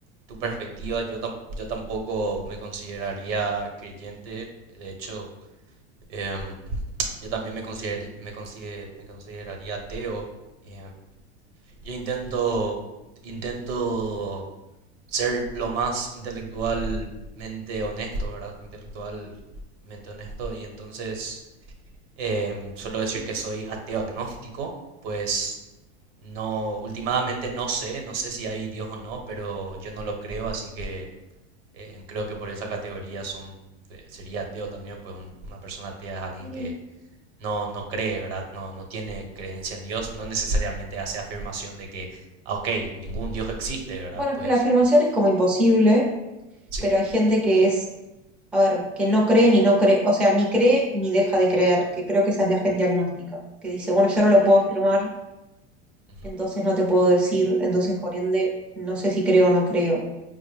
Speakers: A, on the right; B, in the centre.
A: tu perspectiva, yo, tam- yo tampoco me consideraría creyente, de hecho, em, yo también me consider- me consider- me consideraría ateo. em, yo intento, intento ser lo más intelectualmente honesto, ¿verdad? Intelectualmente honesto, y entonces em, suelo decir que soy ateo agnóstico, pues no, últimamente no sé, no sé si hay Dios o no, pero yo no lo creo, así que eh, creo que por esa categoría son, eh, sería ateo también, pues un- una persona atea es alguien
B: Y
A: que no, no cree, ¿verdad? No, no tiene creencia en Dios, no necesariamente hace afirmación de que, ah, ok, ningún Dios existe, ¿verdad?
B: bueno,
A: Pues
B: es que la afirmación
A: eh,
B: es como imposible,
A: sí.
B: pero hay gente que es, a ver, que no cree ni no cree, o sea, ni cree ni deja de creer, que creo que esa es la gente agnóstica, que dice, bueno, yo no lo puedo afirmar,
A: Ujú,
B: entonces no te puedo decir, entonces por ende, no sé si creo o no creo.